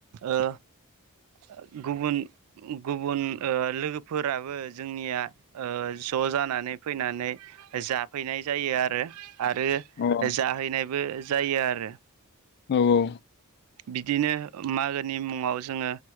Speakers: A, on the right; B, on the left.
A: ओ ओ गुबुन गुबुन ओ लोगोफोराबो जोंनिया ओ ज' जानानै फैनानै जाफैनाय जायो आरो ओ आरो
B: अ
A: जाहैनायबो जायो आरो।
B: औ औ।
A: बिदिनो मागोनि मुङाव जोङो